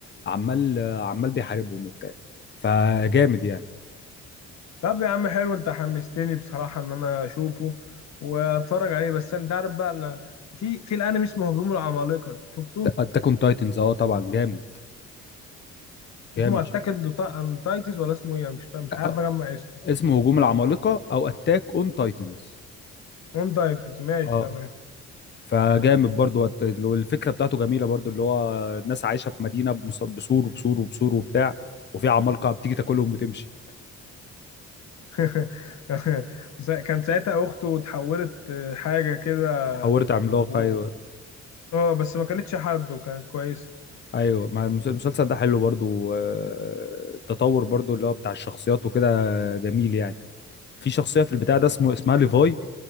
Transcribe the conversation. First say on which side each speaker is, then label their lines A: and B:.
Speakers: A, on the left; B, on the left.
A: عمال آه، عمال بيحاربهم وبتاع فجامد يعني
B: طب يا عم حلو انت حمستني بصراحة ان انا اشوفه واتفرج عليه بس انت عارف بقى ان في في الانمي اسمه هجوم العمالقة شفته؟
A: اتاك اون تايتنز اه طبعا جامد جامد
B: اسمه اتاك
A: شوف
B: اون تايتنز ولا اسمه ايه؟ أنا مش فاهم مش
A: آه،
B: عارف اجمع اسمه
A: اسمه هجوم العمالقه او اتاك اون تايتنز
B: اون تايتنز ماشي
A: اه
B: تمام
A: فجامد برضو وت- والفكره بتاعته جميله برضو اللي هو الناس عايشه في مدينه بمس- بسور وبسور وبسور وبتاع وفي عمالقه بتيجي تاكلهم وتمشي
B: <laughs> بس كان ساعتها اخته اتحولت آه، حاجة كده
A: اتحولت عملاقه
B: و...
A: ايوه
B: اه بس ما كانتش حد وكانت كويسة
A: ايوه مع المس- المسلسل ده حلو برضو آه، التطور برضو اللي هو بتاع الشخصيات وكده جميل يعني في شخصيه في البتاع ده اسمه اسمها ليفاي